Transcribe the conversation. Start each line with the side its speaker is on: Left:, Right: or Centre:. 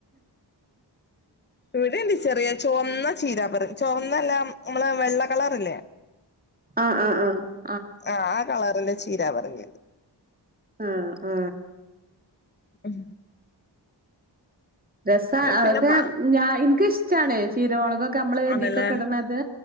Left: ഇവിടെണ്ട് ചെറിയ ചുവന്ന ചീര <unintelligible> ചുവന്നയല്ല നമ്മള് വെള്ള കളറില്ലേ
Right: അ അ ആ
Left: അ ആ കളർ ഇത് ചീര പറങ്ങിയത്
Right: ആ ആ
Left: ഉം
Right: രസാ അതൊക്കെ
Left: പിന്നെ പ
Right: ഞ എനിക്ക് ഇഷ് ച്ചാണെചീർ കുരുമൊളകൊക്കെ നമ്മള്
Left: ആണല്ലേ
Right: ഇതീക്കൊക്കെ ഇടുന്നത്